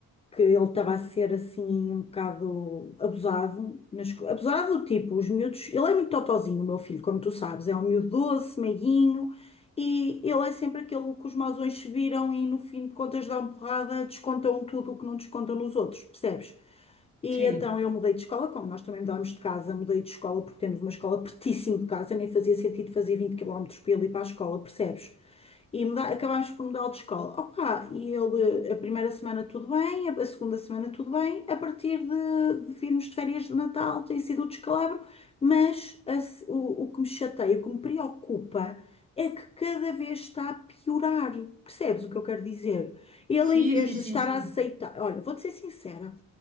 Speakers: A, on the left (about 20°); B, on the right (about 25°).
A: que ele estava a ser assim um bocado abusado, na esco- abusado do tipo, os miúdos, ele é muito totozinho, o meu filho, como tu sabes, é um miúdo doce, meiguinho, e ele é sempre aquele que os mausões se viram e no fim de contas dão porrada, descontam tudo o que não descontam nos outros, percebes? E
B: Sim.
A: então eu mudei de escola, como nós também mudámos de casa, mudei de escola porque temos uma escola pertíssimo de casa, nem fazia sentido fazer 20 quilómetros para ele ir ali para a escola, percebes? E muda- acabámos por mudar de escola. Opa, e ele, a primeira semana tudo bem, a a segunda semana tudo bem, a partir de, de virmos de férias de Natal tem sido o descalabro, mas a se- o, o que me chateia, o que me preocupa é que cada vez está a piorar. Percebes o que eu quero dizer? Ele,
B: Sim,
A: em vez
B: sim,
A: de
B: sim,
A: estar
B: sim.
A: a aceitar, olha, vou-te ser sincera.